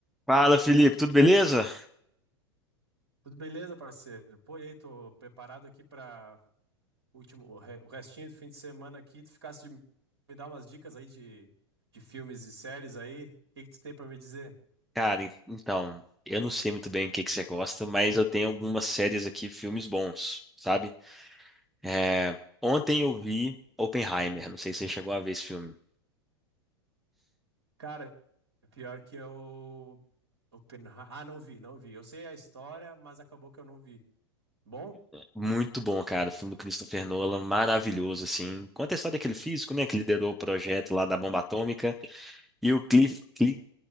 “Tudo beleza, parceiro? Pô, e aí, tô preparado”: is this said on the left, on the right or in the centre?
Right